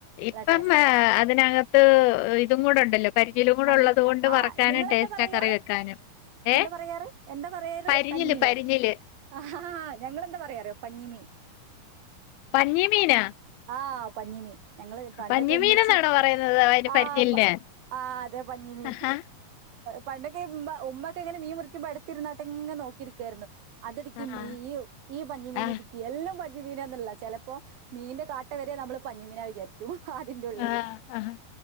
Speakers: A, on the left (about 85°); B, on the right (about 70°).
A: ഇപ്പം
B: നല്ല ടേസ്റ്റാ
A: ആ അതിനകത്ത് ഇതും കൂടെ ഉണ്ടല്ലോ പനിനീല് കൂടെ
B: പഞ്ഞി
A: ഉള്ളത് കൊണ്ട്
B: ആ
A: വറ ക്കാന്
B: നിങ്ങളെന്താ
A: ടേസ്റ്റാ
B: പറയാ
A: കറി വെക്കാനും ഏഹ്
B: എന്താ പറയാറ് എന്താ പറയാറ്
A: പരിഞ്ഞില്
B: കഞീലോ
A: പരിഞ്ഞില്
B: അ ഹ ഹാ ഞങ്ങളെന്താ പറയ അറിയോ പഞ്ഞിമീൻ
A: പഞ്ഞി മീന
B: ആ പഞ്ഞിമീൻ ഞങ്ങള് പണ്ടൊക്കെ
A: പഞ്ഞിമീനെന്നാണോ
B: ഇമ്മച്ചി
A: പറയുന്നത് അതിന്
B: ആഹ്
A: പരിഞ്ഞിലിന്
B: പ ആ അതെ പഞ്ഞി മീൻ
A: ആഹാ
B: പണ്ടൊക്കെ ഇമ്മ ഉമ്മ ഒക്കെ ഇങ്ങനെ മീൻ മുറിക്കുമ്പോ എട്ത്തിര്ന്നാട്ട് ഇങ്ങന നോക്കിര്ക്കാര്ന്നു അത് ഇട്ക്കിമ്മി
A: ആഹ്
B: ഈ ഈ പഞ്ഞി മീനിട്ക്കി
A: ആഹ്
B: എല്ലോം പഞ്ഞി മീനാന്ന്ള്ള ചെലപ്പോ മീ കാട്ട വരെ നമ്മള് പഞ്ഞിമീനാ വിചാരി ക്ക്യും അതിന്റ ഉള്ളില്
A: ആഹ് ആഹ്